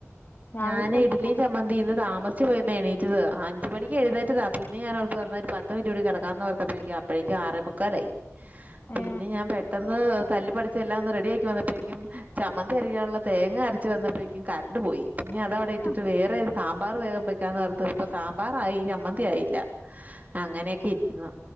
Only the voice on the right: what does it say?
ഞാന്
ഇഡലിം ച മന്തി ഇന്ന് താമസിച്ച് പോയീന്ന് എണീറ്റത് അഞ്ച് മണിക്ക് എഴുന്നേറ്റതാ പിന്നെ ഞാനോർത്തു എന്നാ ഒരു പത്ത് പത്ത് മിനുട്ട് കൂടി കിടക്കാന്ന് ഓർത്തപ്പോഴേക്കും അപ്പോഴേക്കും ആറേ മുക്കാലായി പിന്നെ
ഞാൻ പെട്ടന്ന് തല്ലി പിടിച്ച് എല്ലാം ഒന്ന് റെഡിയാക്കി വന്നപ്പോഴേക്കും ചമ്മ ന്തി അരക്കാനുള്ള തേങ്ങ അരച്ച് വന്നപ്പോഴേക്കും കറണ്ട് പോയി പിന്നെ അതവിടെ ഇട്ടിട്ട്
വേറെ സാമ്പാർ വേഗം വെക്കാന്ന് ഓർത്തപ്പൊ സാമ്പാറായി ചമ്മന്തിയായില്ല അങ്ങനെയൊക്കെ ഇരിക്കുന്നു